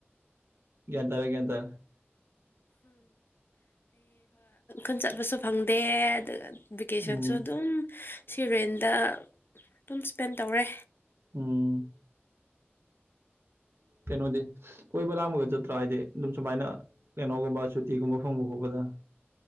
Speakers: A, on the right; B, on the left.
A: ꯁꯔꯒꯇ
B: ꯏꯟ ꯆꯠꯄꯁꯨ ꯐꯪꯗꯦ ꯑꯗꯨꯒ ꯚꯦꯀꯦꯁꯟꯁꯨ
A: ꯎꯝ
B: ꯑꯗꯨꯝ ꯁꯤꯔꯦꯟꯗ ꯑꯗꯨꯝ ꯁ꯭ꯄꯦꯟ ꯇꯧꯔꯦ
A: ꯎꯝ ꯀꯩꯅꯣꯗꯤ ꯀꯣꯏꯕ ꯂꯥꯡꯕꯒ ꯆꯠꯇ꯭ꯔꯥ ꯍꯥꯏꯗꯤ ꯑꯗꯨꯝ ꯁꯨꯃꯥꯏꯅ ꯀꯩꯅꯣꯒꯨꯝꯕ ꯁꯨꯇꯤꯒꯨꯝꯕ ꯐꯪꯕ ꯈꯣꯠꯄꯗ <unintelligible>